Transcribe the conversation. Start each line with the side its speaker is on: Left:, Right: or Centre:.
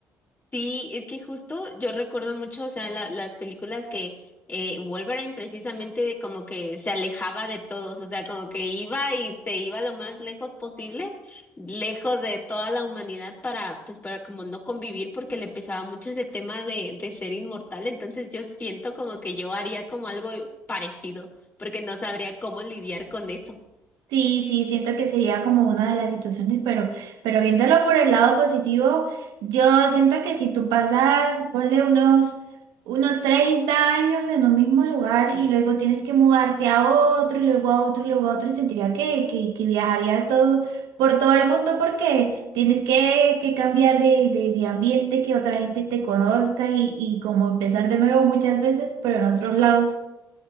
Left: Sí, es que justo yo recuerdo mucho, o sea, la- las películas que eh, Wolverine precisamente como que se alejaba de todos, o sea, como que iba y se iba lo más lejos posible, lejos de toda la humanidad para, pues, para como no convivir porque le pesaba mucho ese tema de, de ser inmortal. Entonces yo siento como que yo haría como algo parecido, porque no sabría cómo lidiar con eso.
Right: Sí, sí, siento que sería como una de las situaciones, pero, pero viéndolo por el lado positivo, yo siento que si tú pasas, ponle unos, unos 30 años en un mismo lugar y luego tienes que mudarte a otro y luego a otro y luego a otro, sentiría que, que, que viajarías todo, por todo el mundo porque tienes que, que cambiar de, de, de ambiente, que otra gente te conozca y, y como empezar de nuevo muchas veces, pero en otros lados.